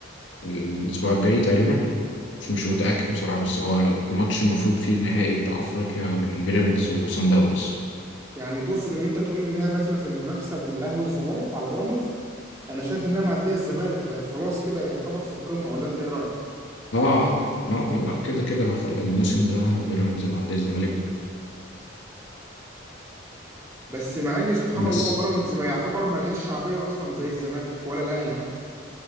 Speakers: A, on the left; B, on the right.
A: الاسبوع الجاي تقريبا مش مش متأكد بصراحة بس هو الماتش المفروض فيه النهائي بتاع أفريقيا بين بيراميدز وصن داونز
B: يعني تقصد ان انت تقول لي انها داخله في المنافسه بين الاهلي والزمالك على بيراميدز انا شايف انها معديه الزمالك فهي خلاص كده يعتبر في القمه ولا انت ايه رايك
A: اه اه اه آه، لا لا كده كده خلاص الموسم ده بيراميدز معدي الزمالك
B: بس مع ان سبحان
A: بس
B: الله بيراميدز ما يعتبر ملهاش شعبيه اصلا زي الزمالك ولا الاهلي حتى